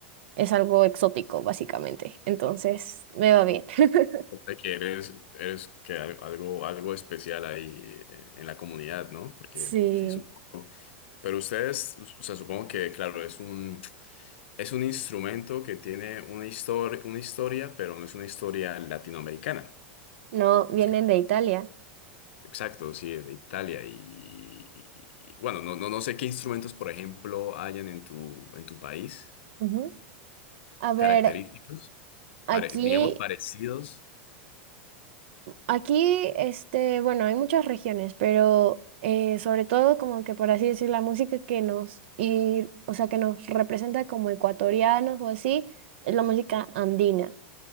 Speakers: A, on the right; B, on the left.
A: es algo exótico, básicamente. Entonces, me va bien. <laughs>
B: O sea, que eres, eres que al- algo, algo especial ahí eh, en la comunidad, ¿no? Porque
A: Sí,
B: sí, supongo. Pero ustedes, o sea, supongo que, claro, es un... Es un instrumento que tiene una historia, una historia, pero no es una historia latinoamericana.
A: no, vienen
B: No es que-
A: de Italia.
B: exacto, sí, de Italia. Y, y- y, bueno, no, no, no sé qué instrumentos, por ejemplo, hayan en tu, en tu país,
A: Ujú. A ver,
B: característicos, pare-
A: aquí
B: digamos, parecidos.
A: Aquí, este, bueno, hay muchas regiones, pero eh, sobre todo como que por así decir, la música que nos y, o sea, que nos representa como ecuatorianos o así, es la música andina,